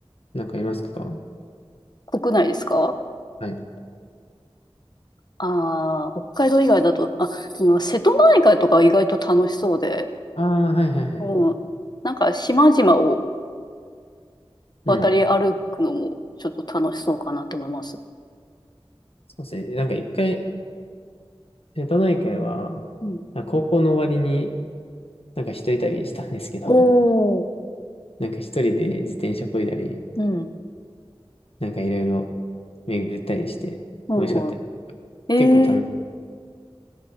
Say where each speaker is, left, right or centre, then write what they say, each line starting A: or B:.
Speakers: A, on the left; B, on the left.
A: なんかいますか
B: 国内ですか
A: はい。
B: ああー、北海道以外だと、あ、でも瀬戸内海とか意外と楽しそうで、
A: ああ、はいはいはい。
B: うん。なんか島々を
A: うん。
B: 渡り歩くのもちょっと楽しそうかなと思います。
A: そうですね。なんか一回、瀬戸内海は、
B: うん。
A: あ高校の終わりになんか一人旅したんですけど、
B: おお、
A: なんか一人で自転車漕いだり、
B: うん。
A: なんかいろいろ巡ったりして、
B: うん、
A: 美味しかったよ。
B: うん。ええー、
A: 結構楽しい。